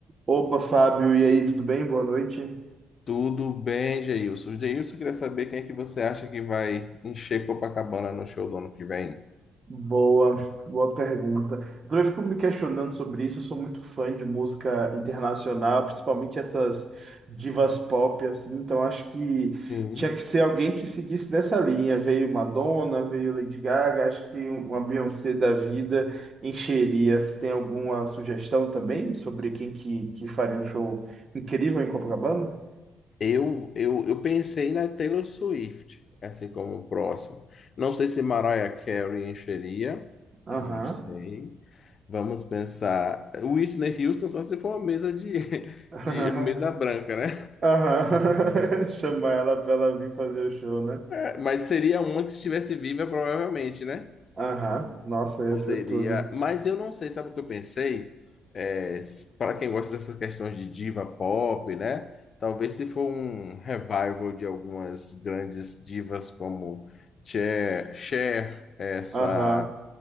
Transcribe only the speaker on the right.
Opa, Fábio, e aí, tudo bem? Boa noite.
Boa, boa pergunta. Então, Eu também fico me questionando sobre isso. Eu sou muito fã de música internacional, principalmente essas divas pop, assim. Então acho que
tinha que ser alguém que seguisse dessa linha. Veio Madonna, veio Lady Gaga. Acho que uma Beyoncé da vida encheria. Você tem alguma sugestão também sobre quem que, que faria um show incrível em Copacabana?
Aham.
<laughs>
Aham. <laughs> Chamar ela pra ela vir fazer o show, né?
Aham. Nossa, ia
ser tudo.
Aham.